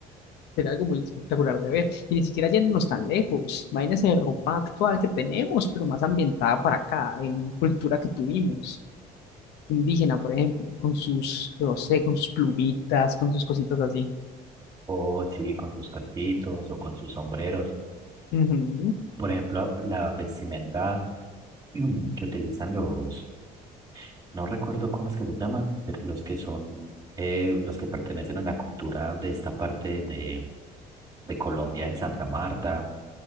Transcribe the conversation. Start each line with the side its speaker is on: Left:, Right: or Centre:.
Left: Sería algo muy espectacular de ver. Y ni siquiera yéndonos tan lejos. Imagínense ropa actual que tenemos, pero más ambientada para acá, en cultura que tuvimos. Indígena, por ejemplo, con sus, no sé, con sus plumitas, con sus cositas así.
Right: O sí, con sus casquitos o con sus sombreros.
Left: Ujú.
Right: Por ejemplo, la vestimenta <clears throat> que utilizan los, no recuerdo cómo es que los llaman, pero los que son, eh, los que pertenecen a la cultura de esta parte de, de Colombia, en Santa Marta,